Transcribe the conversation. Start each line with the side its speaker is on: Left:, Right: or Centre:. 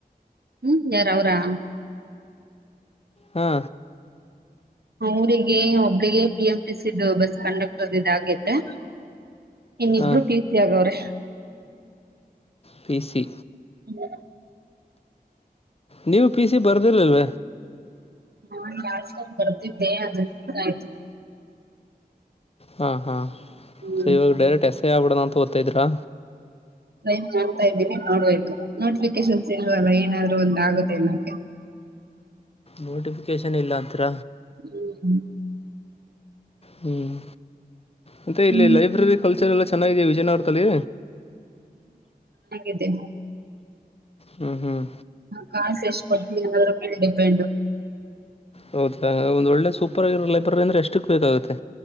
Right: ಹ್ಮ್ ಯಾರ ಅವ್ರಾ
Left: ಹಾ
Right: ಅವರಿಗೆ ಒಬ್ಬಳಿಗೆ ಬಿಎಂಟಿಸಿ ಬಸ್ ಕಂಡಕ್ಟರ್ ಹಾಗಿದೆ ಇನೂ
Left: ಹಾಂ
Right: ಇಬ್ಬರು ಟಿಸಿ ಹಾಗಿದೆ
Left: ಪಿ ಸಿ
Right: <unintelligible>
Left: ನೀವು ಪಿ ಸಿ ಬರ್ದಿರಲ್ವ
Right: ನಾನಲಾಸ್ಟ್ ಟೈಮ್ ಬಂದಿದ್ದ ಅದ ಫೇಲ್ ಆಯ್ತು
Left: ಹಾ ಹಾ
Right: ಹ್ಮ್
Left: ಸವಾಗ ಡೈರೆಕ್ಟ್ <unintelligible> ಆಗ್ಬಿಡ ಅಂತ ಓದತಾ ಇದ್ರಾ
Right: ಓದತ್ತಾ ಇದ್ದೀನಿ ನೋಡ್ಬೇಕು ನೋಟಿಫಿಕೇಶನ್ಸ್ ಇಲ್ವಲ್ಲ ಏನಾದ್ರು ಒಂದ ಆಗುತ್ತೆ ಅನಕ್ಕೆ
Left: ನೋಟಿಫಿಕೇಶನ್ ಇಲ್ಲ ಅಂತಿರ
Right: ಹ್ಮ್ ಹ್ಮ
Left: ಹ್ಮ್ ಮತ್ತೆ ಇಲ್ಲಿ
Right: ಹ್ಮ್
Left: ಲೈಬ್ರರಿ ಕಲ್ಚರ್ ಎಲ್ಲ ಚೆನ್ನಾಗಿದೆ ವಿಜಯನಗರದಲ್ಲಿ
Right: ಇದೆ
Left: ಹ್ಮ್ ಹ್ಮ್
Right: ಕಾಸ ಎಷ್ಟು ಕೊಡ್ತನ ಏನಾದ್ರೂ ಮೇಲೆ ಡಿಪೆಂಡ್
Left: ಹೌದಾ ಒಂದ ಒಳ್ಳೆ ಸೂಪರ್ಗಿರೋ ಲೈಬ್ರರಿ ಅಂದ್ರೆ ಎಷ್ಟಕ್ ಬೇಕಾಗುತ್ತೆ